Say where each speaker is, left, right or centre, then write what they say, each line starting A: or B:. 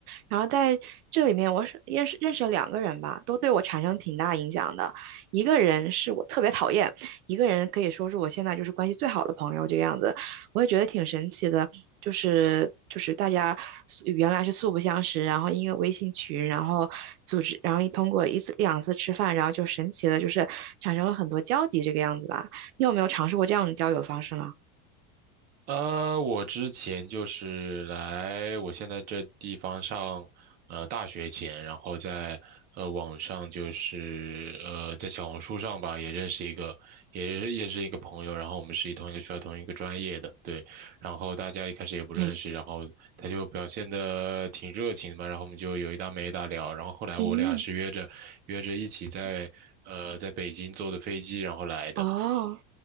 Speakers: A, on the right (about 70°); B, on the right (about 25°).
A: 然后在这里面，我是认识认识了两个人吧，都对我产生挺大影响的。一个人是我特别讨厌，一个人可以说是我现在就是关系最好的朋友这个样子。我也觉得挺神奇的，就是就是大家素原来是素不相识，然后因为微信群，然后组织，然后一通过一次两次吃饭，然后就神奇的就是产生了很多交集这个样子吧。你有没有尝试过这样的交友方式呢？
B: 呃，我之前就是来我现在这地方上，呃，大学前，然后在呃网上就是呃在小红书上吧，也认识一个，也是也是一个朋友，然后我们是一同一个学校同一个专业的，对，然后大家一开始也不认识，
A: 嗯
B: 然后他就表现的挺热情的吧，然后我们就有一搭没一搭聊，然后后来我俩是约着约着一起在呃在北京坐的飞机，
A: 嗯。
B: 然后来的。
A: 哦，